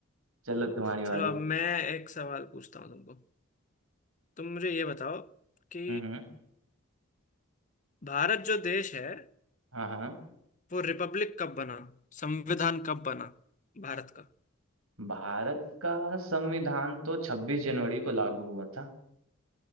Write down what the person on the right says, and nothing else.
चलो तुम्हारी बारी
हम्म हम्म
हाँ हाँ
भारत का संविधान तो 26 जनवरी को लागू हुआ था